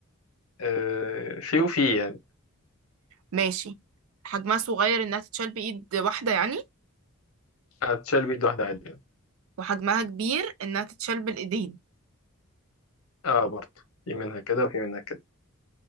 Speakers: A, on the left; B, on the right.
A: آه، في وفي يعني
B: ماشي حجمها صغير انها تتشال بايد واحدة يعني
A: هتشال بيد واحدة عادي يعني.
B: وحجمها كبير انها تتشال بالايدين
A: اه برضه في منها كده وفي منها كده